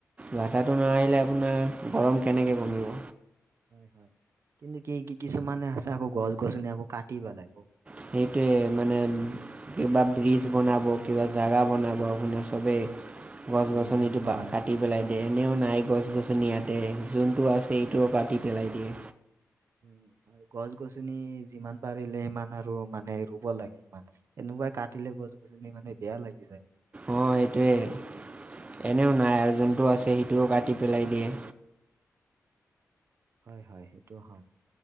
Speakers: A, on the right; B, on the right.
A: বাতাহটো নাহিলে আপোনাৰ গৰম কেনেকৈ কমিব?
B: হয় হয়। কিন্তু কি কি কিছুমানে আছে আকৌ গছ গছনি আকৌ কাটি পেলাব।
A: সেইটোৱে মানে কিবা ব্ৰিজ বনাব কিবা জাগা বনাব আপোনাৰ চবেই গছ
B: উম
A: গছনিটো
B: হয়
A: বা কা টি পেলাই দিয়ে, এনেও নাই গছ গছনি ইয়াতে, যোনটো আছে সেইটোও কাটি পেলাই দিয়ে।
B: উম হয়। গছ গছনি যিমান পাৰিলে সিমান আৰু মানে ৰুব লাগে মানে। এনেকুৱা কাটিলে গছ গছনি মানে বেয়া লাগি যায়।
A: অ', সেইটোৱেই, এনেও নাই আৰু যোনটো আছে সেইটোও কাটি পেলাই দিয়ে।
B: হয় হয়, সেইটো হয়।